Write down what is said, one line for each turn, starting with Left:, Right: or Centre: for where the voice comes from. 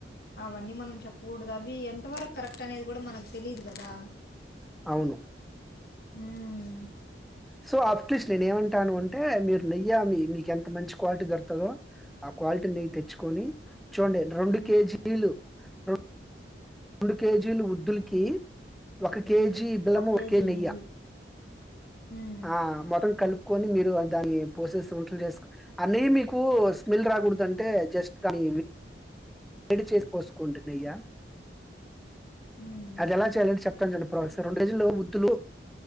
Left: అవన్నీ మనం చెప్పకూడదు అవి ఎంతవరకు కరెక్ట్ అనేది కూడా మనకు తెలిదు కదా
Centre: అవును
Left: ఉమ్
Centre: సో అట్లీస్ట్ నేను ఏమంటాను అంటే మీరు నెయ్యా మీ మీకు ఎంత మంచి క్వాలిటీ దొరుకుతందో ఆ క్వాలిటీ నెయ్యి తెచ్చుకొని చూడండి రెండు
Left: ఉమ్
Centre: కేజీలు అ రెండు కేజీలు వద్దులకి ఒక కేజీ
Left: ఉమ్.
Centre: బెలము
Left: కేజీ
Centre: ఒక కేేజ నెయ్య
Left: నెయ్యి ఉమ్
Centre: ఆ మొత్తం కల్పి కొని మీరు దాన్ని పోసేసి వంటలు చేసుకు అన్న మీకు స్మెల్ రాకూడదు అంటే జస్ట్ దాే ఏడి చేసి పోసుకుంటు నయ్యా
Left: ఉమ్
Centre: అదలా చాలం చెక్ చెప్తాను అండి ప్రాసెస్ రెండు రజుల్లో వద్దులు